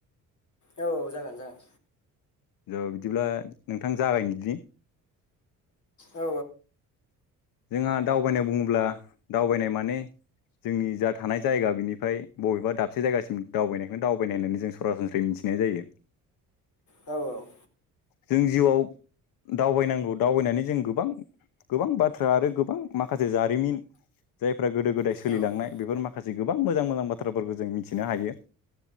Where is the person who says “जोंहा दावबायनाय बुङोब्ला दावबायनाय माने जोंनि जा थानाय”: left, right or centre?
Left